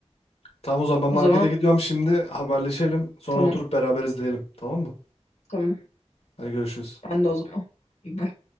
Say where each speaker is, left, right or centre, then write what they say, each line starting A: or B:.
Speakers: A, on the left; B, on the left.
A: Tamam o zaman ben markete
B: O zaman
A: gidiyorum şimdi. Haberleşelim. Sonra
B: tamam.
A: oturup beraber izleyelim. Tamam mı?
B: Tamam.
A: Hadi görüşürüz.
B: Ben de o zaman. Bye.